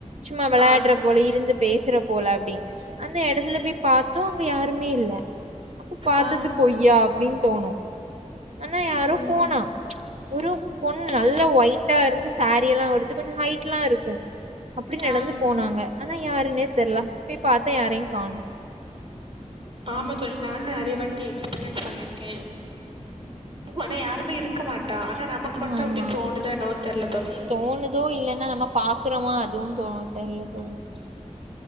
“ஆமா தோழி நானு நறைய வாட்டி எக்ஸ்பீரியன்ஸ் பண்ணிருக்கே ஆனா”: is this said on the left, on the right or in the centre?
Right